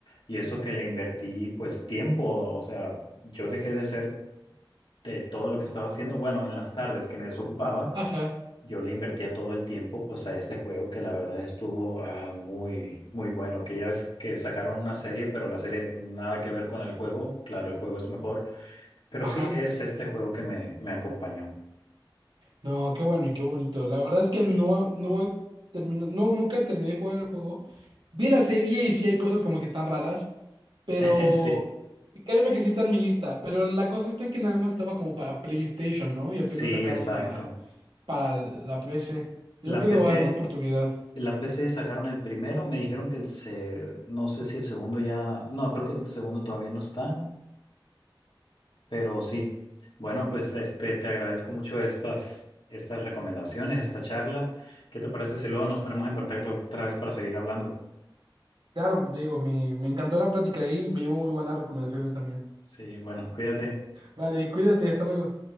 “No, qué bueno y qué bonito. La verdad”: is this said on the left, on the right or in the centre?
Right